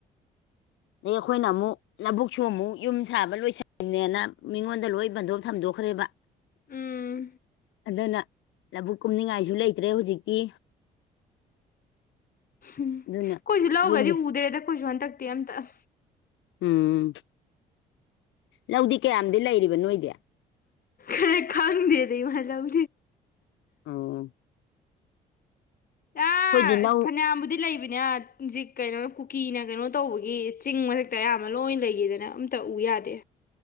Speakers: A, on the left (about 75°); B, on the left (about 50°).
A: ꯑꯗꯗꯒꯤ ꯑꯩꯈꯣꯏꯅ ꯑꯃꯨꯛ ꯂꯧꯕꯕꯨꯛꯁꯨ ꯑꯃꯨꯛ ꯌꯨꯝ ꯁꯥꯕ ꯂꯣꯏꯁꯤꯟ ꯅꯦꯅ ꯃꯤꯉꯣꯟꯗ ꯂꯣꯏ ꯕꯟꯗꯣꯛꯞ ꯊꯝꯗꯣꯛꯈ꯭ꯔꯦꯕ
B: ꯎꯝ
A: ꯑꯗꯨꯅ ꯂꯕꯨꯨꯛ ꯀꯨꯝꯅꯤꯡꯉꯥꯏꯁꯨ ꯂꯩꯇ꯭ꯔꯦ ꯍꯧꯖꯤꯛꯇꯤ
B: ꯎꯝ ꯑꯩꯏꯁꯨ
A: ꯑꯗꯨꯅ
B: ꯂꯧꯒꯗꯤ
A: ꯌꯨꯝꯒꯤ
B: ꯎꯗ꯭ꯔꯦꯗ ꯑꯩꯈꯁꯨ ꯍꯟꯇꯛꯇꯤ ꯑꯝꯇ
A: ꯎꯝ ꯂꯧꯗꯤ ꯀꯌꯥꯝꯗꯤ ꯂꯩꯔꯤꯕ ꯅꯣꯏꯗꯤ
B: ꯀ ꯈꯥꯡꯅꯗ ꯂꯩ ꯃꯥꯖ ꯎ
A: ꯑꯣ
B: ꯑꯦ
A: ꯑꯩꯈꯣꯏꯗꯤ ꯂꯧ
B: ꯐꯅꯌꯥꯝꯕꯨꯗꯤ ꯂꯩꯕꯅꯦ ꯍꯧꯖꯤꯛ ꯀꯩꯅꯣ ꯀꯨꯀꯤꯅ ꯀꯩꯅꯣ ꯇꯧꯕꯒꯤ ꯆꯤꯡ ꯃꯊꯛꯇ ꯑꯌꯥꯝꯕ ꯂꯣꯏ ꯂꯩꯈꯤꯗꯅ ꯑꯝꯇ ꯎ ꯌꯥꯗꯦ